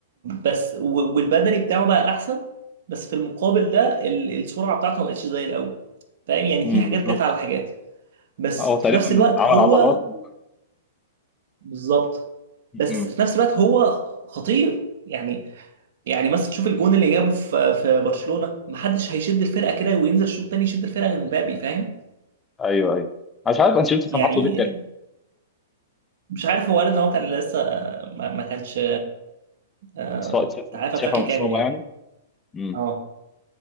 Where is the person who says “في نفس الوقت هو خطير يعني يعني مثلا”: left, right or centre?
Right